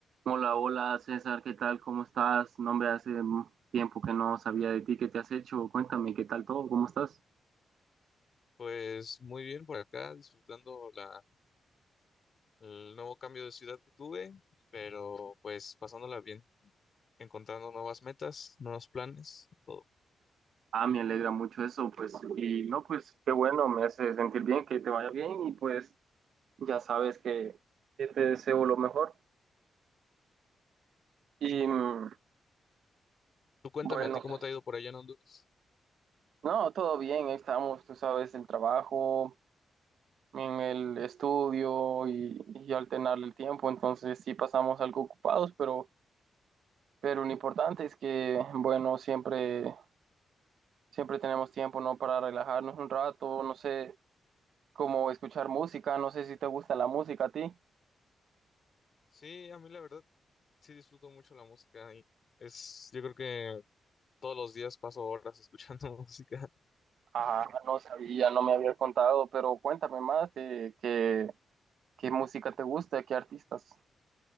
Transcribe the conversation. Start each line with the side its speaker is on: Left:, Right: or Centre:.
Right: Hola, hola César, ¿qué tal? ¿Cómo estás? No me hace mm, tiempo que no sabía de ti, ¿qué te has hecho? Cuéntame, ¿qué tal todo? ¿Cómo estás?
Left: Pues muy bien por acá, disfrutando la, el nuevo cambio de ciudad que tuve, pero pues pasándola bien, encontrando nuevas metas, nuevos planes, todo.
Right: Ah, me alegra mucho eso, pues, y no, pues qué bueno, me hace sentir bien, que te vaya bien y pues ya sabes que, que te deseo lo mejor. Y mm,
Left: Tú cuéntame,
Right: bueno,
Left: ¿a ti cómo te ha ido por allá en Honduras?
Right: No, todo bien, ahí estamos, tú sabes, el trabajo, en el estudio y, y alternar el tiempo, entonces sí pasamos algo ocupados, pero, pero lo importante es que, bueno, siempre, siempre tenemos tiempo, ¿no? Para relajarnos un rato, no sé, como escuchar música, no sé si te gusta la música a ti.
Left: Sí, a mí la verdad sí disfruto mucho la música y es, yo creo que todos los días paso horas escuchando <laughs> música.
Right: Ah, no sabía, no me habías contado, pero cuéntame más de qué, qué música te gusta, qué artistas.